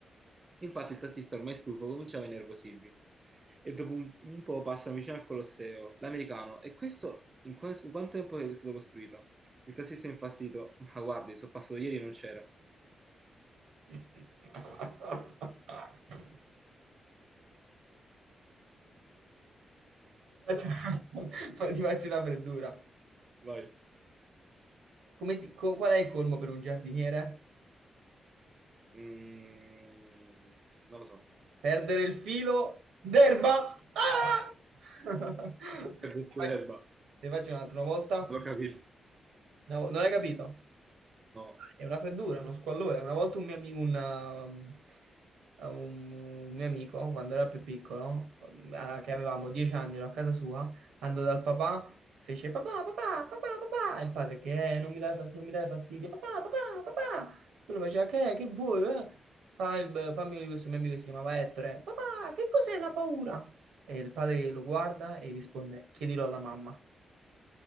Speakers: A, on the right; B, on the right.
A: Infatti il tassista ormai stufo cominciava a innervosirvi. E dopo un, un po' passano vicino al Colosseo. L'americano, e questo in, questo- in quanto tempo è stato costruito? Il tassista è infastidito, ma guardi, sono passato ieri e non c'era.
B: <laughs> Faccio- <laughs> Ma ti faccio una freddura.
A: Vai.
B: Come si- co- qual è il colmo per un giardiniere?
A: Mm, non lo so.
B: Perdere il filo d'erba. Ah! <laughs> Ti
A: Cardecchio
B: faccio,
A: d'erba.
B: ti faccio un'altra volta.
A: L'ho capito.
B: No, non hai capito?
A: No.
B: È una freddura, uno squallore. Una volta un mio, ami- un, um, un un mio amico, quando era più piccolo, eh, che avevamo 10 anni, ero a casa sua, andò dal papà, fece papà, papà, papà, papà. E il padre che "Eh, non mi dai fastidio, non mi dai fastidio, papà, papà, papà. Quello faceva che, che vuoi? eh?" Fa il, fammi questo mio amico che si chiamava Ettore. Papà, che cos'è la paura? E il padre lo guarda e risponde, chiedilo alla mamma.